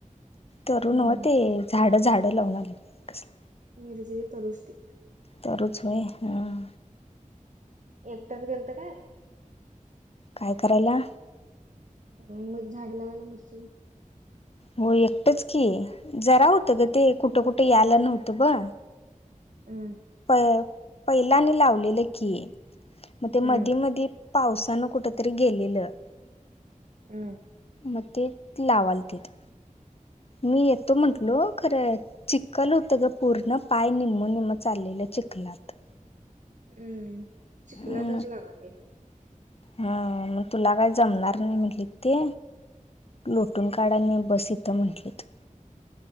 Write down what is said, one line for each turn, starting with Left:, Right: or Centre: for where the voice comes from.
Left: तरु
Right: हम्म
Left: नवं ते झाडं झाडं लावून आली कसला.
Right: मिरचे तरुच ती.
Left: तरूच होय हां.
Right: एकट्याच गेलतो काय?
Left: काय करायला?
Right: मग झाडं लावायला मिरची
Left: हो एकटंच की जरा होतं गं ते कुठं कुठे यायला नव्हतं ब.
Right: उम्म.
Left: प पहिलानी लावलेलं की म ते
Right: हम्म
Left: मधी-मधी पावसानं कुठं तरी गेलेलं.
Right: उम
Left: म ते लावालतित ते मी येतो म्हंटलो खरंय. चिक्खलं होतं गं पूर्ण पाय निम्मं-निम्मं चाललेल्या चिखलात.
Right: उम्म चिकलातच
Left: मग
Right: लावाय पाहिजे.
Left: हा मग तुला काय जमणार नाही म्हटलेत ते. लोटून काढाने
Right: हम्म
Left: बस इथं म्हंटली तु.